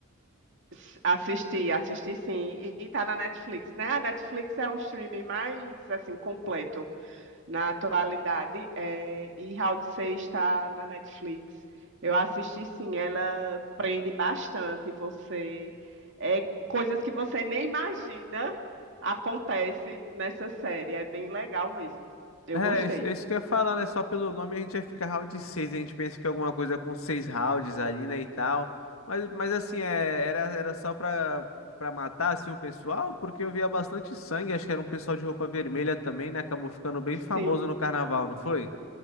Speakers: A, on the right; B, on the left.
A: s- Assisti, assisti sim. E e tá na Netflix, né? A Netflix é o streaming mais, assim, completo na atualidade. É, e Round 6 está na Netflix. Eu assisti sim, ela prende bastante você. É, coisas que você nem imagina acontece nessa série. É bem legal mesmo. Eu
B: É,
A: gostei.
B: é isso é isso que eu ia falar, né? Só pelo nome a gente vai ficar round seis, a gente pensa que é alguma coisa com seis rounds ali, né, e tal. Mas, mas assim, é, era, era só pra, pra matar, assim, o pessoal, porque eu via bastante sangue, acho que era um pessoal de roupa vermelha também, né? Acabou ficando bem famoso
A: Sim,
B: no carnaval, não foi?